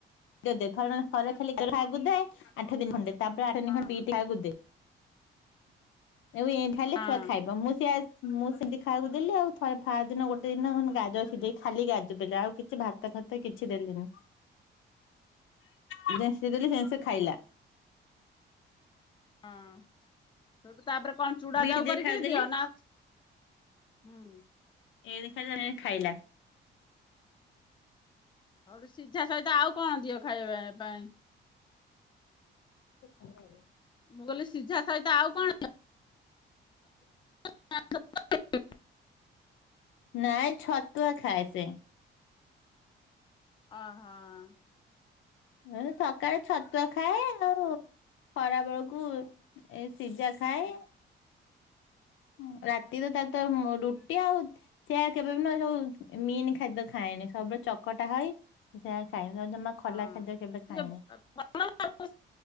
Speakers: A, on the left (about 80°); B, on the left (about 25°).
A: ଦ୍ୟ ଦେ। ଥରେ ନନ ଥରେ ଖାଲି <inaudible> ଖାଇବାକୁ ଦେ ଆଠ ଦିନ ଖଣ୍ଡେ। ତାପରେ ଆଠ ଦିନ
B: ହଁ
A: ଖଣ୍ଡେ
B: ହଁ
A: ବିଟ୍ ଖାଇବାକୁ ଦେ। ଏବି ଖାଇଲେ
B: ହଁ
A: ଛୁଆ ଖାଇବ ମୁଁ ସେୟା ମୁଁ ସେମିତି ଖାଇବାକୁ ଦେଲି। ଆଉ ଥରେ ଫା ଦିନ ଗୋଟେ ଦିନ <unintelligible> ଗାଜର ସିଜେଇ ଖାଲି ଗାଜର ଦେଲି। ଆଉ କିଛି ଭାତ ଭାତ କିଛି ଦେଲିନି। ଯେନସି ଦେଲି ସେମ ସେ ଖାଇଲା।
B: ହଁ ସେଉଠୁ ତାପରେ କଣ ଚୁଡା
A: ବିଟ୍
B: ଯାଉ
A: ଦେ
B: କରିକିରି
A: ଖାଇଦେଲି
B: ଦିଅ ନା ହଁ।
A: <unintelligible> ଖାଇଲା ସେ ଖାଇଲା।
B: ହଉଠୁ ସିଝା ସହିତ ଆଉ କଣ ଦିଅ ଖାଇବା ପାଇଁ?
A: ସେ <unintelligible>
B: ମୁଁ କହିଲି ସିଝା ସହିତ ଆଉ କଣ <inaudible>
A: ନାଇଁ ଛତୁଆ ଖାଏ ସେ।
B: ଓ, ହଁ।
A: ଏହେ ସକାଳେ ଛତୁଆ ଖାଏ। ତାର ଖରା ବେଳକୁ ଏ ସିଜା ଖାଏ। ହଁ ରାତିରେ ତା ତାର ମୋ ରୁଟି ଆଉ ସେଆ କେବେ ବି ନ ଯୋଉ ଏ ମିନ ଖାଦ୍ୟ ଖାଏନି। ସବୁବେଳେ ଚକଟା ହୋଇ ସେୟା ଖାଏ। ତ ଜମା ଖୋଲା
B: ହଁ
A: ଖାଦ୍ୟ କେବେ
B: ସିଏ
A: ଖାଇନି।
B: ଭଲ ଆଉ